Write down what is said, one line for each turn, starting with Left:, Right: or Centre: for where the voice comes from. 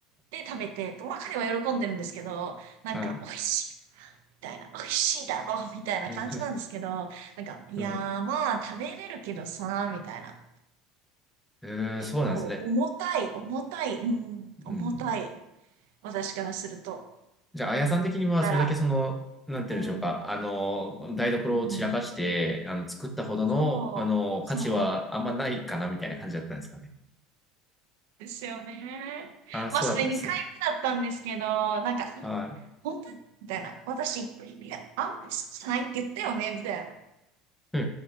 Right: で、食べて、まあ彼は喜んでるんですけど、なんか、
Centre: はい。
Right: 美味しい。みたいな、美味しいだろ、みたいな感じなんですけど、
Centre: う
Right: なんか、いやーまあ、
Centre: ん
Right: 食べれるけどさ、みたいな。
Centre: えーんそうなんですね。
Right: 結構、重たい、重たい、うん、重たい。
Centre: うん。
Right: 私からすると。
Centre: じゃあ、あやさん的には、
Right: だから、
Centre: それだけその、なんて言うんでしょうか、
Right: うん、
Centre: あの、台所を散らかして、
Right: うん、
Centre: あの、作ったほどの、
Right: そう、
Centre: あの、
Right: そ
Centre: 価値はあんまないかな、みたいな感じだったんですかね。
Right: うですよね。
Centre: ああ、
Right: まあ、
Centre: そうだったんですね。
Right: それ2回目だったんですけど、なんか、え
Centre: は
Right: 本当にみたいな。私、いや、あんまり好きじゃないって言ったよねみたいな。
Centre: い。へ